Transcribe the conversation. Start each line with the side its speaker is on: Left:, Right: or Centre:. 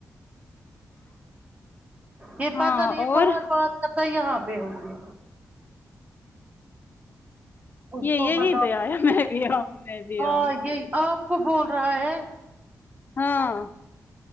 Right: یہ
Left: ہاں
Right: پات نہیں یہ
Left: اور
Right: بھور بہت یہاں پہ ہوگی اس
Left: یہ
Right: کو
Left: یہی
Right: بتاؤ
Left: دے آیا میں بھی آؤں میں بھی
Right: ہاں
Left: آؤں
Right: یہ آپ کو بول رہا ہے
Left: ہاں